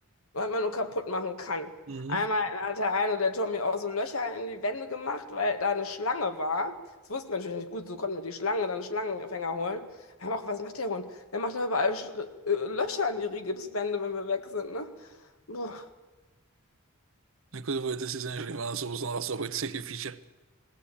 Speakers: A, on the left; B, on the right.
A: Was man nur kaputt machen kann.
B: Mhm.
A: Einmal hat der eine, der Tommy, auch so Löcher in die Wände gemacht, weil da eine Schlange war. Das wussten wir natürlich nicht gut, so konnten wir die Schlange, dann Schlangenfänger holen. Aber auch, was macht der Hund? Der macht da überall Sch äh, Löcher in die Rigipswände, wenn wir weg sind, ne? Boah.
B: Na gut, aber das ist eigentlich, wenn er sowas noch rausholt, solche Fische.